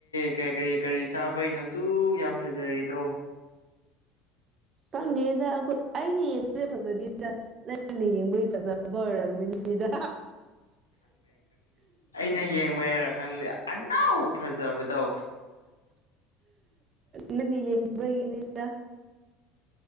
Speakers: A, on the left; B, on the right.
A: ꯀꯔꯤ ꯀꯔꯤ ꯀꯔꯤ ꯆꯥꯕꯩꯅꯣ ꯑꯗꯨꯛ ꯌꯥꯝ ꯐꯖꯔꯤꯗꯣ
B: ꯀꯪꯅꯦꯗ ꯑꯩꯈꯣꯏ ꯑꯩꯅ ꯌꯦꯡꯕꯁꯦ ꯐꯖꯗꯦꯗ ꯍꯔꯅ ꯌꯦꯡꯕꯒꯤ ꯐꯖꯕ ꯑꯣꯏꯔꯝꯒꯅꯤꯗ
A: ꯅ ꯌꯦꯡꯕꯩꯔ ꯈꯪꯗꯦ ꯑꯅꯥꯎ ꯐꯖꯕꯗꯣ
B: ꯅꯪꯅ ꯌꯦꯡꯕꯒꯤꯅꯤꯗ